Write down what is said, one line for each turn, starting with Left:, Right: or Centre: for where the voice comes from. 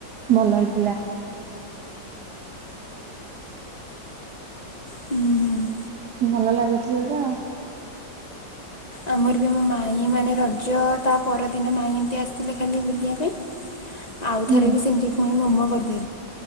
Right: ଭଲ ହେଇଥିଲା।
Left: ହୁଁ ହୁଁ।
Right: ଭଲ ଲାଗୁଥିଲା ତ।
Left: ଆମର ବି ମୋ ମାଇଁ ମାନେ ରଜ ତା ପରଦିନ ମାଇଁ ଏମତି ଆସିଥିଲେ ଖାଲି ବୁଲିବା ପାଇଁ। ଆଉ
Right: ହୁଁ
Left: ଥରେ ବି ସେମିତି ପୁଣି ମୋମୋ କରି